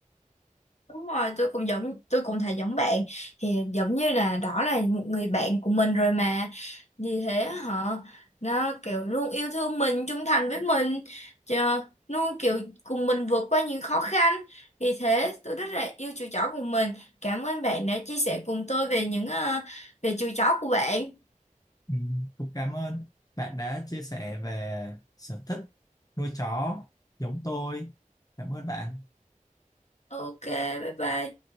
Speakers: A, on the left (about 55°); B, on the left (about 25°).
A: Đúng rồi, tôi cũng giống tôi cũng thấy giống bạn thì giống như là đó là một người bạn của mình rồi mà vì thế họ nó kiểu luôn yêu thương mình trung thành với mình chờ, luôn kiểu cùng mình vượt qua những khó khăn vì thế tôi rất là yêu chú chó của mình cảm ơn bạn đã chia sẻ cùng tôi về những ờ, về chú chó của bạn
B: Ừ, cũng cảm ơn bạn đã chia sẻ về sở thích nuôi chó giống tôi. Cảm ơn bạn.
A: ok bye bye